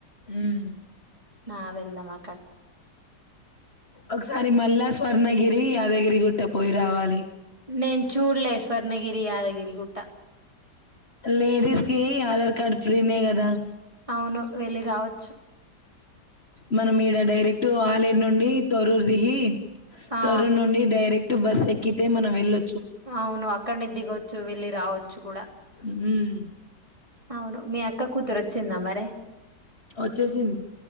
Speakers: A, on the left; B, on the right.
A: మ్మ్
B: నా వెలమా కట్ట
A: ఒకసారి మళ్ళా స్వర్ణగిరి యాదగిరి గుట్ట పోయి రావాలి
B: నేన్ చూడలే స్వర్ణగిరి యాదగిరి కుట్ట
A: లేడీస్ కి ఆధార్ కార్డ్ ఫ్రీనే కదా
B: అవును వెళ్ళి రావచ్చు
A: మనం ఈడ డైరెక్ట్ ఆలేరు నుండి తోరూరు దిగి
B: ఆ
A: తోరురు నుండి డైరెక్ట్ తే బస్ ఎక్కితే మనం వెళ్ళొ
B: అవును అక్కడనే దిగవచ్చు వెళ్ళి రావచ్చు కూడా
A: మ్మ్
B: అవును మీ అక్క కూతురు వచ్చిందా మరి
A: వచ్చేసింది